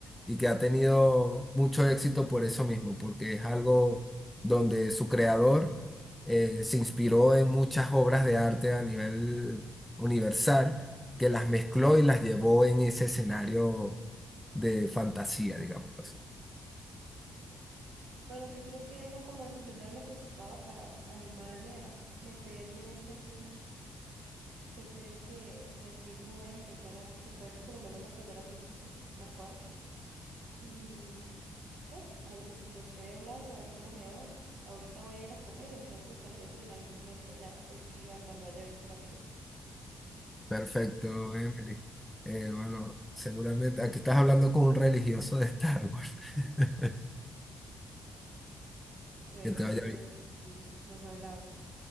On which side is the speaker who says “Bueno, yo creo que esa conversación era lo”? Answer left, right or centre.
Right